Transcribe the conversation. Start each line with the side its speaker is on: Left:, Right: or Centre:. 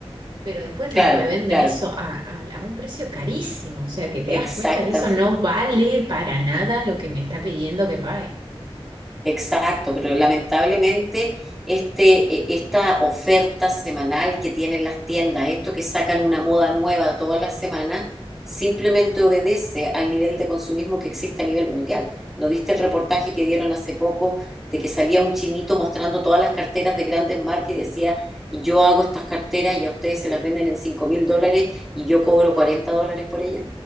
Right: pero después
Centre: Claro,
Right: los revenden
Centre: claro,
Right: eso a, a- a un precio carísimo, o sea que te
Centre: exactamente.
Right: das cuenta que eso no vale para nada lo que me está pidiendo que pague.
Centre: Exacto, pero lamentablemente este, e- esta oferta semanal que tienen las tiendas, esto que sacan una moda nueva todas las semanas, simplemente obedece al nivel de consumismo que existe a nivel mundial. ¿No viste el reportaje que dieron hace poco de que salía un chinito mostrando todas las carteras de grandes marcas y decía, yo hago estas carteras y a ustedes se las venden en cinco mil dólares y yo cobro 40 dólares por ellas?